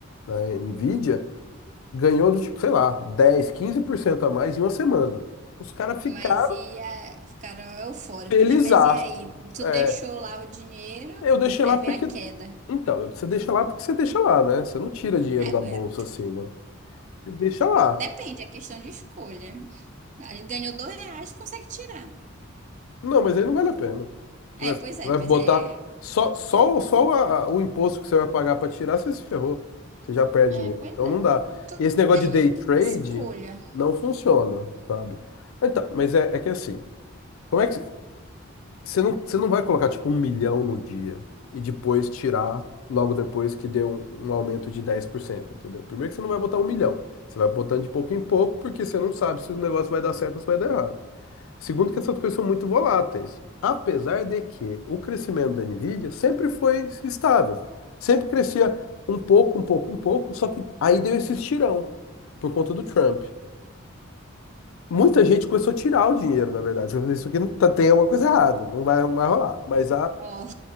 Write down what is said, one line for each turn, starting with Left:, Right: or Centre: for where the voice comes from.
Left: na Nvidia ganhou do tipo, sei lá, dez, quinze por cento a mais em uma semana. Os caras ficaram
Right: Mas e a... ficaram eufóricos,
Left: felizaços.
Right: né? Mas e aí? Tu
Left: É,
Right: deixou lá o dinheiro,
Left: eu deixei
Right: aí
Left: lá
Right: veio
Left: porque.
Right: a queda.
Left: Então, você deixa lá porque você deixa lá, né? Você não tira dinheiro
Right: Aí,
Left: da bolsa
Right: é,
Left: assim, né? Você deixa lá.
Right: pô, depende, é questão de escolha. Aí ganhou dois reais, consegue tirar.
Left: Não, mas aí não vale a pena. Você
Right: É,
Left: vai,
Right: pois é,
Left: vai botar
Right: mas é.
Left: só, só, o- só o a- o imposto que você vai pagar para tirar, você se ferrou. Você já perde
Right: É,
Left: dinheiro.
Right: pois
Left: Então
Right: é,
Left: não
Right: mas
Left: dá.
Right: tu...
Left: E esse negócio
Right: é
Left: de day trade
Right: escolha.
Left: não funciona, sabe? Então, mas é, é que assim, como é que você você não, você não vai colocar tipo um milhão no dia e depois tirar logo depois que deu um, um aumento de 10%, entendeu? Primeiro que você não vai botar um milhão. Você vai botando de pouco em pouco porque você não sabe se o negócio vai dar certo ou se vai dar errado. Segundo, que essas coisas são muito voláteis. Apesar de que o crescimento da Nvidia sempre foi estável. Sempre crescia um pouco, um pouco, um pouco, só que aí deu esse estirão por conta do Trump. Muita gente começou a tirar o dinheiro, na verdade. Falou, Isso aqui não tá- tem alguma coisa errada, não vai mais rolar. Mas, a,
Right: Ó,